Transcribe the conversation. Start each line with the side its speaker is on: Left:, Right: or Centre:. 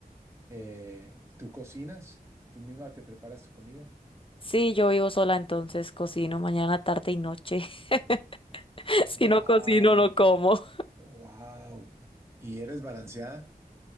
Right: eh, ¿tú cocinas? ¿Tú misma te preparas tu comida?
Left: Sí, yo vivo sola, entonces cocino mañana, tarde y noche. <laughs> Si
Right: Wow,
Left: no cocino, no como.
Right: wow. ¿Y eres balanceada?